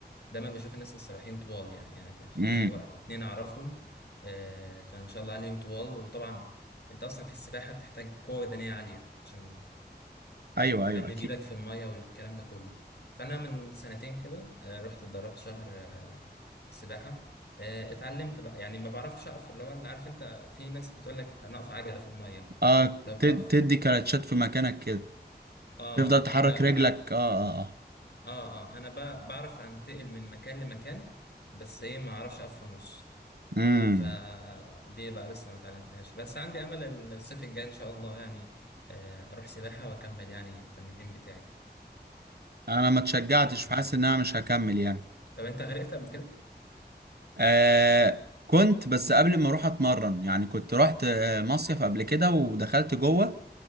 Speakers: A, on the left (about 75°); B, on the right (about 65°).
A: دايما بشوف الناس السباحين طوال يعني يعني في
B: امم
A: و- اتنين اعرفهم آه كانوا ما شاء الله عليهم طوال وطبعا انت اصلا في السباحة بتحتاج قوة بدنية عالية عشان
B: ايوه
A: تقلب
B: ايوه اكيد
A: ايدك في الميه والكلام ده كله فانا من سنتين كده آه، رحت اتدربت شهر آه، سباحه آه، اتعلمت بقى يعني ما بعرفش اقف اللي هو اللي عارف انت في ناس بتقول لك هنقف عجله في الميه
B: اه
A: لو
B: ت-
A: بتقف
B: تدي كلاتشات في مكانك كده
A: اه
B: تفضل تحرك
A: انا
B: رجلك
A: انا
B: اه اه اه
A: اه اه انا ب- بعرف انتقل من مكان لمكان بس ايه ما اعرفش اقف في النص
B: امم
A: فدي بقى لسه ما اتعلمتهاش بس عندي امل الصيف الجاي ان شاء الله يعني آه، اروح سباحه واكمل يعني التمرين بتاعي
B: انا ما اتشجعتش
A: آه،
B: فحاسس ان انا مش هكمل يعني
A: طب انت غرقت قبل كده
B: آه كنت بس قبل ما اروح اتمرن يعني كنت رحت آه، مصيف قبل كده ودخلت جوه